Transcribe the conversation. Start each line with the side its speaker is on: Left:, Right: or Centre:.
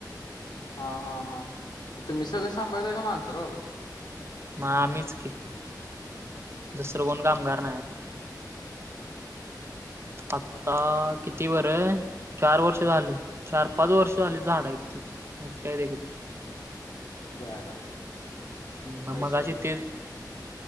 Left: हा हा हां, तुम्ही सगळं सांभाळताय का माणसं लावलाय.
Right: म आम्हीच की, दुसरं कोण कामगार नाही. आत्ता किती बर चार वर्ष झाली, चार पाच वर्ष झाली झाडे आहेत. <unintelligible>
Left: बर.
Right: म
Left: विषय
Right: मगाशी
Left: आहे व्हय.
Right: तेच